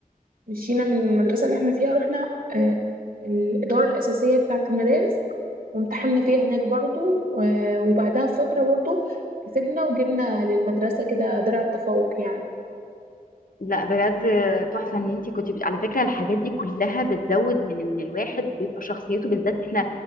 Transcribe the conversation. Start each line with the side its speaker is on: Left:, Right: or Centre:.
Right: مشينا من المدرسة اللي احنا فيها رحنا آه الإدارة الأساسية بتاعة المدارس وامتحنا فيها هناك برضو آه وبعدها بفترة برضو كسبنا وجبنا للمدرسة كده درع التفوق يعني
Left: لا بجد تحفة ان انتي كنتي بت... على فكرة الحاجات دي كلها بتزود من ان الواحد بيبقى شخصيته بالذات احنا